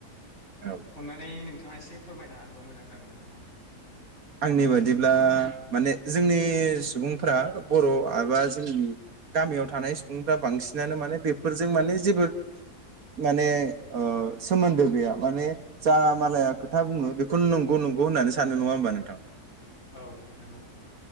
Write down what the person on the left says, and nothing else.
अननानै नों थाङा एसे फोरमायना होबा मोजां जागौमोन नामा?
औ नोंगौ